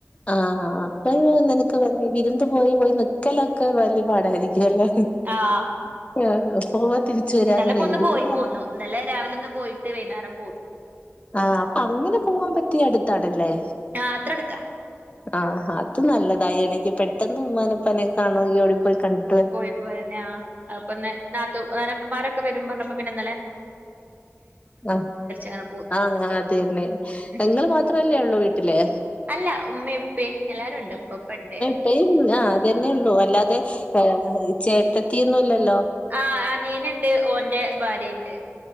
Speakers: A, on the left (about 25°); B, on the right (about 35°).
A: ആഹ് അപ്പയ്ന് നിനക്ക് <unintelligible> ആഹ് വിര്ന്ന് പോയി പോയി നിക്കലൊക്കെ വെല്ല്യെ പാടായിരിക്കുവല്ലേ.
B: ആഹ്
A: ആഹ് പോവാ തിരിച്ചുവരാ
B: ഇന്നലെ
A: അങ്ങനായി
B: ഇപ്പൊ ഒന്ന്
A: <unintelligible>
B: പോയി പോന്നു ഇന്നലെ രാവിലൊന്ന് പോയിട്ട് വൈന്നാരം പോന്നു.
A: ആഹ് അപ്പങ്ങനെ പോവാൻ പറ്റിയ അട്ത്താണല്ലേ.
B: ആഹ് അത്രട്ത്ത.
A: ആഹാ അത് നല്ലതാ എടക്ക് പെട്ടെന്ന് ഉമ്മനെ ഉപ്പനെ കാണണൊങ്കി ഓടി പോയി കണ്ട്
B: പോയി പോരന്നാ അത്പ്പന്ന് നാത്തൂമ്മാരൊക്കെപാടെക്കെ വരും പർഞ്ഞപ്പോ പിന്നെന്നലെ
A: ആഹ്
B: അങ്ങനെ പോന്ന്
A: ആഹ് ഇങ്ങളതെന്നെ
B: ഉം
A: ഇങ്ങള് മാത്രല്ലേള്ളൂ വീ ട്ല്
B: അല്ല ഉമ്മി ഉപ്പി എല്ലാരുണ്ട് ഇപ്പപ്പണ്ട്
A: ട്ടയിം ആഹ് അതെന്നെള്ളൂ അല്ലാതെ ഏഹ് ചേട്ടത്തിയൊന്നുല്ലല്ലോ
B: ആഹ് അനിയന്ണ്ട് ഓന്റെ ഭാര്യണ്ട്.